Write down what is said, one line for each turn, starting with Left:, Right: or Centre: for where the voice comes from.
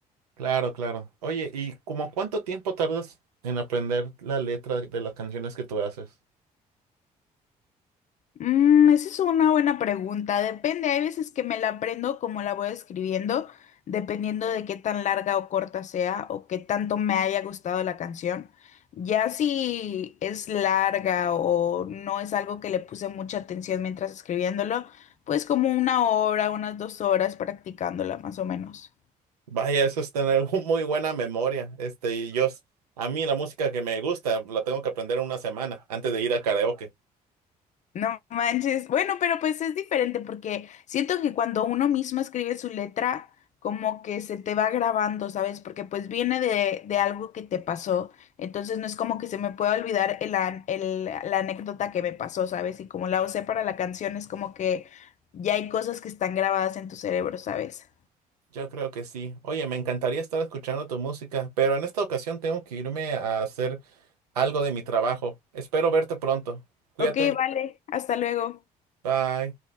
Right: Claro, claro. Oye, ¿y como cuánto tiempo tardas en aprender la letra de las canciones que tú haces?
Left: Mm, esa es una buena pregunta. Depende, hay veces que me la aprendo como la voy escribiendo, dependiendo de qué tan larga o corta sea o qué tanto me haya gustado la canción. Ya si es larga o no es algo que le puse mucha atención mientras escribiéndolo, pues como una hora, unas dos horas practicándola más o menos.
Right: Vaya, eso es tener <laughs> un- muy buena memoria. Este, y yo, s- a mí la música que me gusta la tengo que aprender en una semana antes de ir a karaoke.
Left: No manches. Bueno, pero pues es diferente porque siento que cuando uno mismo escribe su letra, como que se te va grabando, ¿sabes? Porque pues viene de, de algo que te pasó. Entonces no es como que se me pueda olvidar el, an- el- la anécdota que me pasó, ¿sabes? Y como la usé para la canción, es como que ya hay cosas que están grabadas en tu cerebro, ¿sabes?
Right: Yo creo que sí. Oye, me encantaría estar escuchando tu música, pero en esta ocasión tengo que irme a hacer algo de mi trabajo. Espero verte pronto. Cuídate.
Left: Ok, vale. Hasta luego.
Right: Bye.